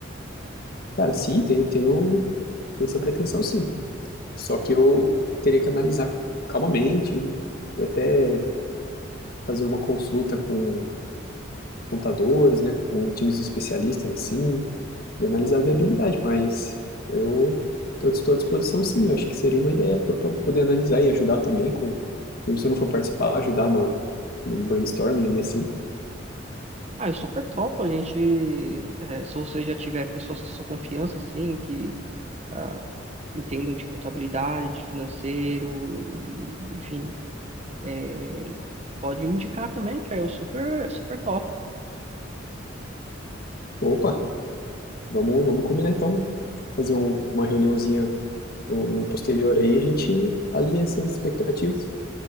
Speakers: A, on the left; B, on the right.
A: Cara, sim, tenho, tenho, tenho essa pretensão, sim. Só que eu teria que analisar calmamente e até fazer uma consulta com contadores, né, com times de especialistas assim, e analisar a viabilidade, mas eu tô- estou à disposição sim, eu acho que seria uma ideia para poder analisar e ajudar também com, mesmo se eu não for participar, ajudar no, no brainstorming ali assim.
B: Ah, eu super topo, a gente, é, se você já tiver pessoas de sua confiança, assim, que ah, entendam de contabilidade, de financeiro, e, enfim, é, pode me indicar também, que aí eu super, super topo.
A: Opa, vamos, vamos combinar então, fazer um- uma reuniãozinha no, no posterior aí, a gente alinha essas expectativas.